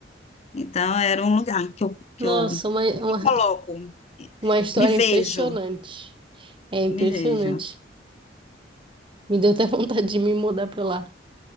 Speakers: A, on the left; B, on the right.
A: Então, era um lugar que eu, que
B: Nossa,
A: eu me
B: uma, uma,
A: coloco,
B: uma história
A: me
B: impressionante.
A: vejo,
B: É impressionante.
A: me vejo.
B: Me deu até <laughs> vontade de me mudar pra lá.